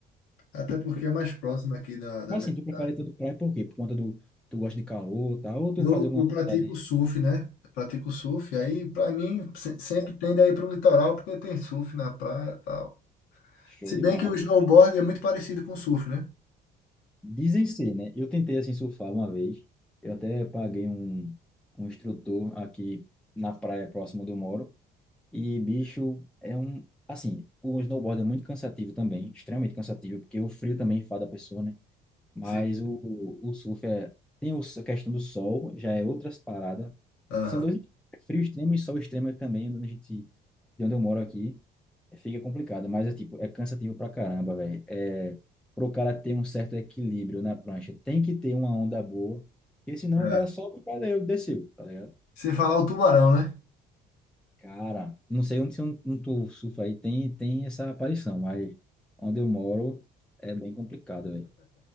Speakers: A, on the left; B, in the centre.
A: até porque é mais próximo aqui da, da
B: mas
A: minha
B: assim,
A: cidade.
B: tu prefere ter do praia por quê? Por conta do, tu gosta de calor, tá? Ou tu
A: Eu,
B: faz alguma
A: eu
B: atividade
A: pratico surf, né? Eu pratico surf. Aí, pra mim, se- sempre
B: só
A: tende a ir pro litoral porque tem surf na praia e tal.
B: show
A: Se
B: demais.
A: bem que o snowboard é muito parecido com o surf, né?
B: Dizem ser, né? Eu tentei, assim, surfar uma vez. Eu até paguei um, um instrutor aqui na praia próxima onde eu moro. E, bicho, é um... Assim, o snowboard é muito cansativo também, extremamente cansativo, porque o frio também enfada a pessoa, né? Mas
A: Sim.
B: o, o surf é, tem o- a questão do sol, já é outras paradas.
A: Aham.
B: São dois frio extremo e sol extremo é também, onde a gente, de onde eu moro aqui, é, fica complicado, mas é tipo, é cansativo pra caramba, velho. É, pro cara ter um certo equilíbrio na prancha, tem que ter uma onda boa, porque senão
A: É.
B: o cara solta e valeu, desceu, tá ligado?
A: Sem falar o tubarão, né?
B: Cara, não sei onde, onde tu surfa aí, tem, tem essa aparição, mas onde eu moro é bem complicado, velho.